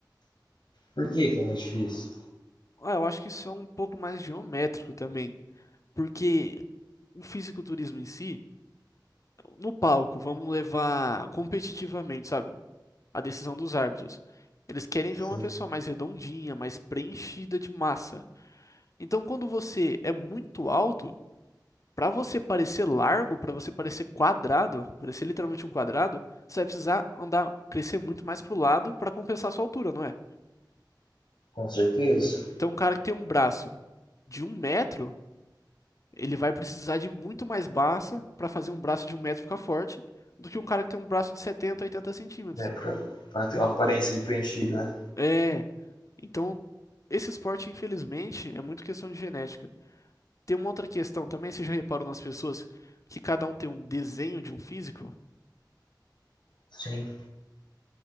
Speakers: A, on the left; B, on the left.
A: Por que que é mais difícil?
B: Ah, eu acho que isso é um pouco mais geométrico também, porque o fisiculturismo em si, no palco, vamos levar competitivamente, sabe? A decisão dos árbitros. Eles querem
A: Sim.
B: ver uma pessoa mais redondinha, mais preenchida de massa. Então, quando você é muito alto, Para você parecer largo, para você parecer quadrado, parecer literalmente um quadrado, você vai precisar andar, crescer muito mais pro lado para compensar a sua altura, não é?
A: Com certeza.
B: Então, um cara que tem um braço de um metro, ele vai precisar de muito mais massa para fazer um braço de um metro ficar forte do que um cara que tem um braço de 70, 80 centímetros.
A: É, pra, pra ter uma aparência de preenchida, né?
B: É, então, esse esporte, infelizmente, é muito questão de genética. Tem uma outra questão também, você já reparou nas pessoas que cada um tem um desenho de um físico?
A: Sim.